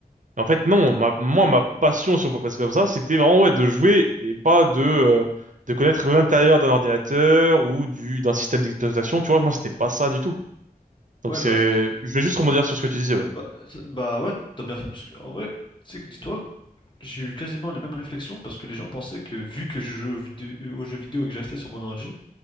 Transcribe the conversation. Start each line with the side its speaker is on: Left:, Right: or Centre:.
Right: Et en fait, non, ma, moi, ma passion, si on peut passer comme ça, c'était vraiment, ouais, de jouer et pas de, euh, de connaître l'intérieur d'un ordinateur ou du, d'un système d'exploitation. Tu vois, moi, c'était pas ça du tout. Donc
Left: Ouais,
Right: c'est,
Left: bah, c'est-
Right: je vais juste rebondir sur ce que tu disais, ouais.
Left: bah, c'est- bah ouais, t'as bien fait, parce que, en vrai, tu sais que, dis-toi, j'ai eu quasiment les mêmes réflexions, parce que les gens pensaient que, vu que je jouais aux vidé- aux jeux vidéo et que je restais sur mon ordi,